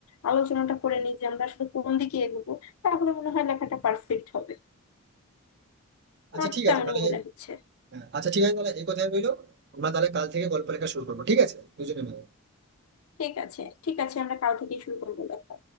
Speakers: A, on the left; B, on the right.
A: আলোচনাটা করে নিই যে আমরা আসলে কোন দিকে এগোবো তাহলে মনে হয় লেখাটা পারফেক্ট হবে
B: আচ্ছা
A: আমার
B: ঠিক
A: তো তেমনই
B: আছে তাহলে
A: মনে হচ্ছে
B: হ্যাঁ, আচ্ছা ঠিক আছে তাহলে এই কথাই রইলো আমরা তাহলে কাল থেকে গল্প লেখা শুরু করবো ঠিক আছে দুজনে মিলে
A: ঠিক আছে ঠিক আছে আমরা কাল থেকেই শুরু করবো লেখা